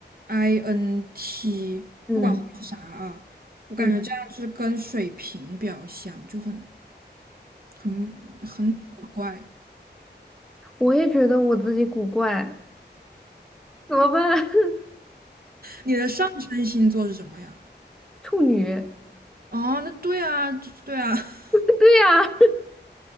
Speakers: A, on the right; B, in the centre.
A: INT
B: 嗯
A: 不管后面是啥啊，我感觉这样就是跟水平比较像，
B: 嗯，
A: 就很很很古怪。
B: 我也觉得我自己古怪，怎么办？<laughs>
A: 你的上升星座是什么呀？
B: 处女，
A: 哦，那对啊，对啊。<laughs>
B: 对呀，